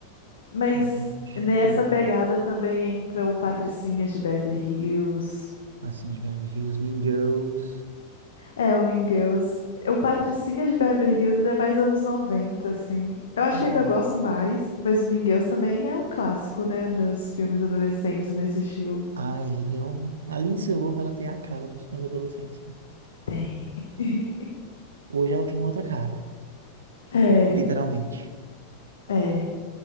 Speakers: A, on the left (about 65°); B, on the right (about 70°).
A: Mas
B: E, Gente,
A: nessa
B: eu.
A: pegada também entra o Patricinhas de Beverly Hills.
B: Assim, de Beverly Hills, Mean Girls.
A: É, o Mean Girls. O Patricinha de Beverly Hills ele é mais anos 90, assim. Eu acho
B: E.
A: que eu ainda gosto mais, mas o Mean Girls também é um clássico, né, dos filmes adolescentes nesse estilo.
B: Ah, ele é o. A Lindsay Lohan, ela tem a cara dos filmes adolescentes, né?
A: Tem. <laughs>
B: Hoje ela tem outra cara.
A: É,
B: Literalmente.
A: é.